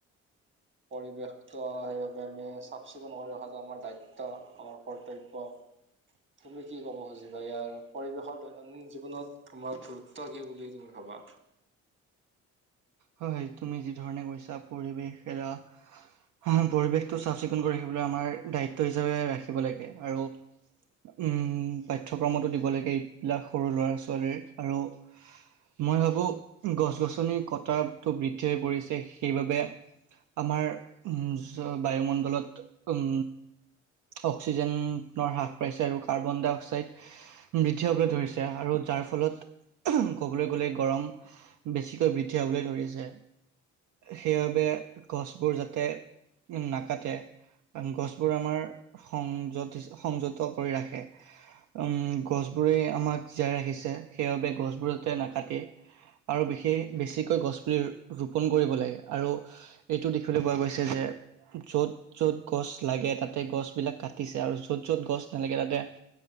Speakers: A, on the right (about 40°); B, on the right (about 70°).
A: পৰিৱেশটো সেইবাবে আমি চাফ-চিকুণ কৰি ৰখাটো আমাৰ দায়িত ত্ব, আমাৰ কৰ্তব্য। তুমি কি ক'ব খুজিবা, ইয়াৰ পৰিৱেশৰ দৈনন্দিন জীৱনত আমাৰ গুৰুত্ব কি বুলি, তুমি ভাবা?
B: হয়, তুমি যি ধৰণে কৈছা পৰিৱেশ এৰা অঁ, পৰিৱেশটো চাফ-চিকুণ কৰি ৰাখিবলৈ, আমাৰ দায়িত্ব হিচাপে ৰাখিব লাগে, আৰু উম, পাঠ্যক্ৰমতো দিব লাগে, এইবিলাক সৰু ল'ৰা-ছোৱালীৰ আৰু মই ভাবো গছ-গছনিৰ কটাটো বৃদ্ধি হৈ পৰিছে, সেইবাবে আমাৰ উম, <unintelligible> বায়ুমণ্ডলত উম অক্সিজেনৰ হ্ৰাস পাইছে আৰু কাৰ্বন ডাই অক্সাইড বৃদ্ধি পাবলৈ ধৰিছে আৰু যাৰ ফলত ক'বলৈ গ'লে, গৰম বেছিকৈ বৃদ্ধি পাবলৈ ধৰিছে। সেইবাবে গছবোৰ যাতে উম, নাকাটে। গছবোৰ আমাৰ সংয-সংযত কৰি ৰাখে। উম, গছবোৰেই আমাক জীয়াই ৰাখিছে,
A: ভাবা?
B: সেইবাবে গছবোৰ যাতে নাকাটে আৰু বিশেষ বেছিকৈ গছ পুলি ৰোপন কৰিব লাগে আৰু এইটো দেখিবলৈ পোৱা গৈছে যে য'ত য'ত গছ লাগে তাতে গছবিলাক কাটিছে আৰু য'ত য'ত গছ নালাগে তাতে